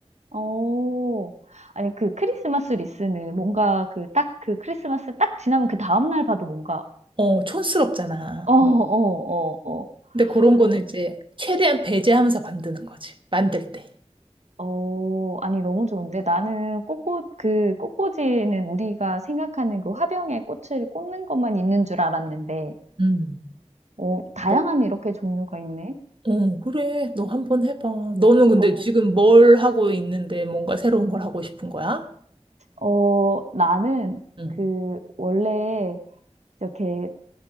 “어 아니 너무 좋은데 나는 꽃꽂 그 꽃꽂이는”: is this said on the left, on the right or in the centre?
Right